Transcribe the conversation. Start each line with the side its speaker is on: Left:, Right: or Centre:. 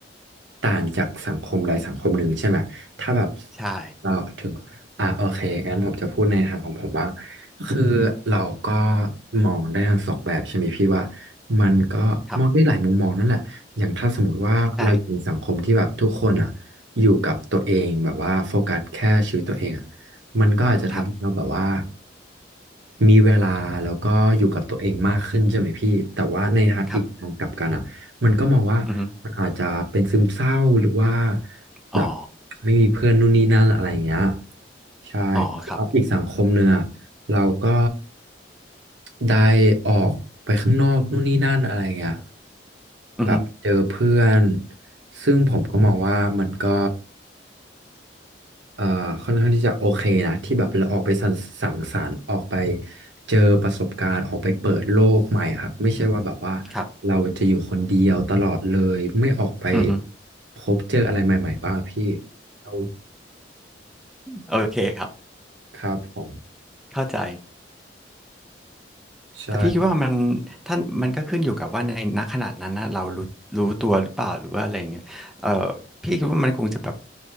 Right: ต่างจากสังคมใดสังคมหนึ่งใช่ไหมถ้าแบบ
Centre: ใช่
Right: เราถึงอ่าโอเคงั้นผมจะพูดในทางของผมว่าคือเราก็มองได้ทั้งสองแบบใช่ไหมพี่ว่ามันก็มองได้หลายมุมมองนั่นแหละอย่างถ้าสมมติว่าเราอยู่ในสังคมที่แบบทุกคนอ่ะ
Centre: ครับใช่
Right: อยู่กับตัวเองแบบว่าโฟกัสแค่ชีวิตตัวเองอะ มันก็อาจจะทำให้เราแบบว่า
Centre: ครับ
Right: มีเวลาแล้วก็อยู่กับตัวเองมากขึ้นใช่ไหมพี่แต่ว่าในทางอีกทางกลับกันอ่ะมันก็มองว่ามันอาจจะเป็นซึมเศร้าหรือว่า
Centre: ครับอือฮึ
Right: แบบ
Centre: อ๋อ
Right: ไม่มีเพื่อนนู่นนี่นั่นอะไรอย่างเงี้ยใช่แต่ว่าอีกสังคมเนื้อะเราก็
Centre: อ๋อครับ
Right: ได้ออกไปข้างนอกนู่นนี่นั่นอะไรอย่างเงี้ย
Centre: อือฮึ
Right: แบบเจอเพื่อนซึ่งผมก็มองว่ามันก็ เอ่อค่อนข้างที่จะโอเคนะที่แบบเราออกไปสังสังสรรค์ออกไปเจอประสบการณ์ออกไปเปิดโลกใหม่ครับไม่ใช่ว่าแบบว่า
Centre: ครับ
Right: เราจะอยู่คนเดียวตลอดเลยไม่ออกไป
Centre: อือฮึ
Right: พบเจออะไรใหม่ๆบ้างพี่เรา
Centre: โอเคครับ
Right: ครับผม
Centre: เข้าใจ
Right: ใช่
Centre: แต่พี่คิดว่ามันท่านมันก็ขึ้นอยู่กับว่าในณขนาดนั้นนะเรารู้รู้ตัวหรือเปล่าหรือว่าอะไรอย่างเงี้ยเออพี่คิดว่ามันคงจะแบบ